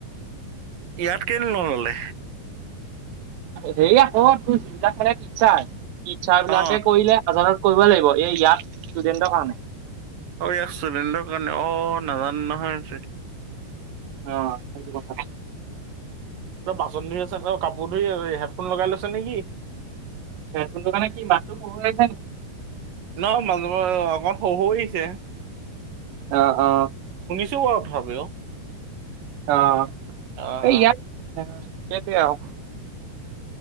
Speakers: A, on the right; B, on the right.
A: ইয়াতকেইনে নললে?
B: সেই আকৌ তোৰ যিবিলাক খেলে টিচাৰ, টিচাৰবিলাকে
A: অ
B: কৰিলে হাজাৰত কৰিব লাগিব এই ইয়াত ষ্টুডেন্টৰ কাৰণে।
A: ঐ আছ দ কাৰণে অ নাজানো নহয়
B: অ সেইটো কথা।
A: ত বাচন ধুই আছে অ কাপোৰ ধুই আছে, হেডফোন লগাই লৈছে নেকি?
B: এ তোন দোকানে কি মাটো পহ হৈছ ন <inaudible>
A: নহ মাজে মাজে অকমান শহু আহিছে।
B: অ অহ।
A: শ আাবও <inaudible>
B: অঁ
A: আহ
B: এই ইয়াত, ইয়াতে আৰু।